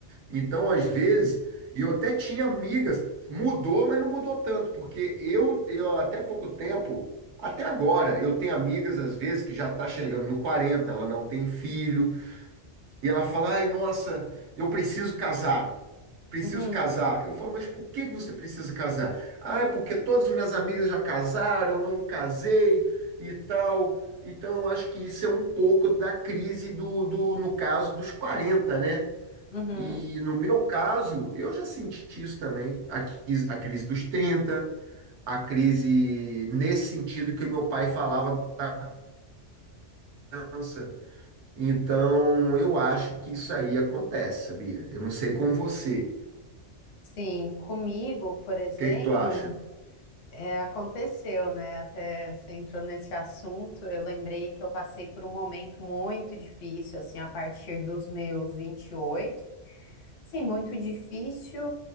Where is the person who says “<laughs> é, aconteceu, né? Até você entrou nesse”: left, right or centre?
Left